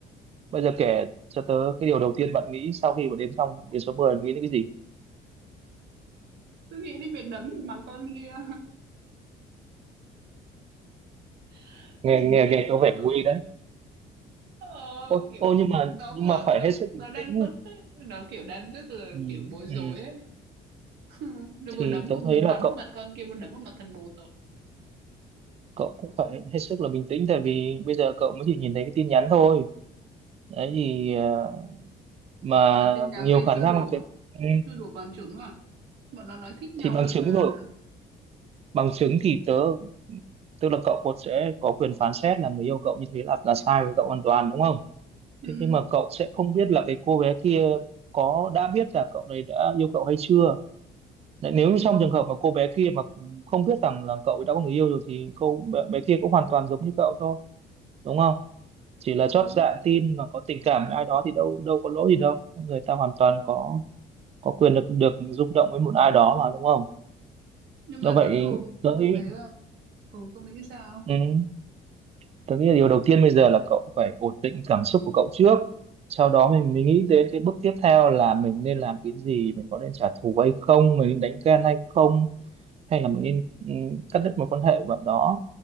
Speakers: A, on the right (about 40°); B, on the right (about 75°).
A: bây giờ kể cho tớ cái điều đầu tiên bạn nghĩ sau khi mà đếm xong đến số mười nghĩ đến cái gì
B: tôi nghĩ đến việc đấm mà con kia <laughs> tôi
A: nghe
B: chỉ muốn
A: nghe
B: đấm
A: nghe có
B: vào
A: vẻ
B: nó
A: nguy
B: ờ,
A: Ô,
B: kiểu
A: ô nhưng mà
B: nó
A: nhưng
B: vừa
A: mà phải
B: nó
A: hết sức
B: nó
A: bình
B: đang
A: tĩnh
B: tức ấy nó kiểu đang rất là
A: ừ,
B: kiểu bối rối
A: ừ.
B: ấy <laughs> nó
A: thì
B: vừa đấm
A: tớ
B: vào
A: thấy là
B: đấm
A: cậu
B: vào mặt con kia vừa đấm vào mặt thằng bồ tớ
A: cậu cũng phải hết sức là bình tĩnh tại vì bây giờ cậu mới chỉ nhìn thấy cái tin nhắn thôi đấy thì ờ, mà
B: mà tin nhắn
A: nhiều
B: đấy
A: khả
B: chưa
A: năng
B: đủ
A: là
B: à
A: cái ừ,
B: chưa đủ bằng chứng à bọn nó nói thích nhau
A: thì bằng
B: rồi
A: chứng
B: mà
A: rồi bằng chứng thì tớ tức là cậu cũng sẽ có quyền phán xét là người yêu cậu như thế là là sai với cậu hoàn toàn đúng không
B: ừ,
A: thế nhưng mà cậu sẽ không biết là cái cô bé kia có đã biết là cậu đấy đã yêu cậu hay chưa Đấy, nếu như trong trường hợp mà cô bé kia mà không biết rằng là cậu ấy đã có người yêu rồi thì cô bé, bé kia cũng hoàn toàn giống như cậu thôi đúng không chỉ là
B: ừ.
A: chót dạ tin mà có tình cảm với ai đó thì đâu đâu có lỗi gì đâu người ta hoàn toàn có có quyền được được rung động với một ai đó mà đúng không
B: nhưng
A: do
B: mà
A: vậy
B: tớ thường
A: tôi
B: thường
A: nghĩ
B: thấy là ừ, tôi nghĩ sao
A: ừ, tôi nghĩ là điều đầu tiên bây giờ là cậu phải ổn định cảm xúc của cậu trước sau đó mình mình nghĩ đến cái bước tiếp theo là mình nên làm cái gì mình có nên trả thù hay không mình nên đánh ghen hay không hay là mình nên ừ, cắt đứt một quan hệ với bạn đó